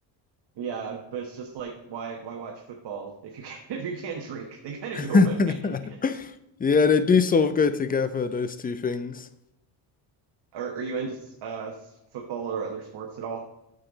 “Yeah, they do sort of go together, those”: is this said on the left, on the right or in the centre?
Left